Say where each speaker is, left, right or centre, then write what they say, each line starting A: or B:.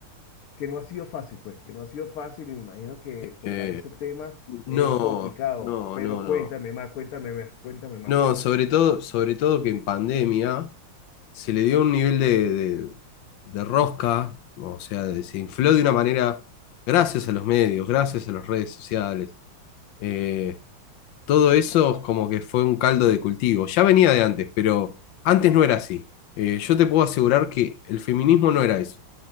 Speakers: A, on the left; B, on the left.
A: que no ha sido fácil, pues, que no ha sido fácil y me imagino que tocar
B: Eh,
A: ese tema
B: No,
A: es complicado,
B: no,
A: pero
B: no,
A: cuéntame
B: no.
A: más, cuéntame más, cuéntame más.
B: No, sobre todo, sobre todo que en pandemia se le dio un nivel de, de- de rosca, o sea, de- se infló de una manera gracias a los medios, gracias a las redes sociales. Eh, todo eso como que fue un caldo de cultivo. Ya venía de antes, pero antes no era así. Eh, yo te puedo asegurar que el feminismo no era eso.